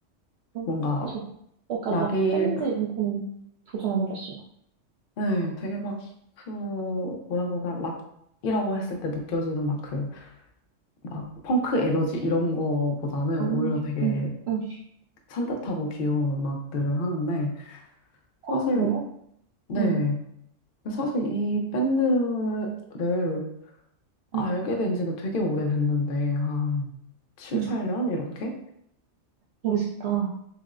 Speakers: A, on the right; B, on the left.
A: 어,
B: 뭔가,
A: 저 약간
B: 락이,
A: 락밴드 이런 거는 도전 안 해봤어요.
B: 네, 되게 막, 그, 뭐라고 해야 되나, 락이라고 했을 때 느껴지는 막 그, 막, 펑크 에너지 이런 거보다는
A: 아,
B: 오히려
A: 음,
B: 되게
A: 음.
B: 산뜻하고 귀여운 음악들을 하는데,
A: 어,
B: 사실,
A: 그래요?
B: 네,
A: 응.
B: 사실 이 밴드를 알게
A: 응,
B: 된 지는 되게 오래됐는데, 한 7,
A: 응,
B: 8년? 이렇게?
A: 모르겠다.